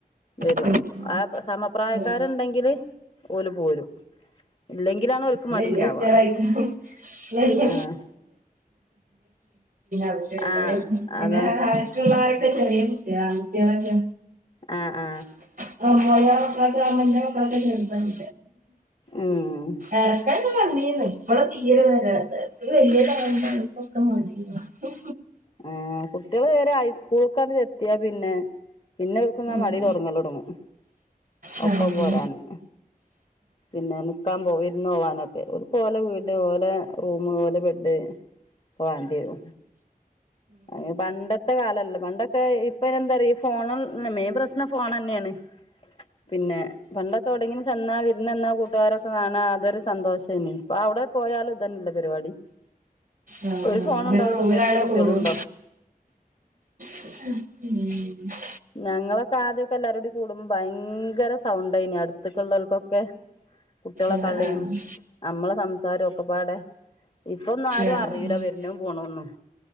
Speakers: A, on the left; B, on the right.
A: വെരും
B: ഉം
A: ആ സമപ്രായക്കാരുണ്ടെങ്കില്
B: ഉം
A: ഓല് പോരും ഇല്ലെങ്കിലാണ് ഓൽക്ക്
B: വെല്ലുട്ടാളായി
A: മടി ഇണ്ടാവ
B: വെല്യ
A: ആഹ്
B: കുട്ടികളായി
A: ആഹ്
B: <unintelligible>
A: അതാ
B: പിള്ളാരൊക്കെ ചെറിയ കുട്ട്യോളാണ ആൺകുട്ട്യാളക്കെ
A: ആഹ് ആഹ്
B: <unintelligible> മക്കളൊക്കെ ചെർതാണ്
A: ഉം
B: എടക്കെ വന്നീന് ഇപ്പള തീരെ വരാത്തെ വെല്യ <unintelligible>
A: ആ കുട്ട്യള് വേറെ ഹൈസ്കൂൾക്കങ്ങ്ത്തിയാ പിന്നെ പിന്നെ ഒൽക്കങ്ങനെ
B: ഉം
A: മടി തൊടങ്ങലടങ്ങും
B: ഉം
A: ഒപ്പം
B: ആഹ്
A: പോരന്ന് പിന്നെ നിക്കാൻ പോ വിരുന്ന് പോവാനൊക്കെ ഒര്ക്ക് ഓലെ വീട് ഓലെ റൂം ഓലെ ബെഡ് വണ്ടിയരും അഹ് പണ്ടത്തെ കാലല്ല പണ്ടൊക്കെ ഇപ്പെന്തറിയ ഫോണ മെയിൻ പ്രശ്നം ഫോണെന്നാണ് പിന്നെ പണ്ടൊക്കെവിടെങ്കിലും ചെന്നാല് ഇന്നെന്ന കൂട്ടുകാരൊക്കെ കാണാ അതൊരു സന്തോഷല്ലേ ഇപ്പൊ അവിടെ പോയാലും ഇതന്നല്ല പര് വാടി
B: ആഹ്
A: ഒരു ഫോണു ണ്ടാവും
B: റൂമിലവിടെ
A: ച്ചിറ്റോട്റ്റ് കുട്ടിയൊളും
B: കൂടും
A: ഉണ്ടാവും
B: <inaudible>
A: ഞങ്ങളൊക്കെ ആദ്യൊക്കെ എല്ലാരൂടി കൂടുമ്പ ഭയങ്കര സൗണ്ടേയ്നി അടുത്ത്ക്കെ ഉള്ളോൽക്കൊ ക്കെ കുട്ടിയോളെ
B: ആഹ്
A: കളീം
B: ആഹ്
A: നമ്മളെ സംസാരൊക്കെപ്പാടെ ഇപ്പൊന്നും ആരും
B: ആഹ്
A: അറിയൂല്ല വെര്നഹും പോണോ ഒന്നും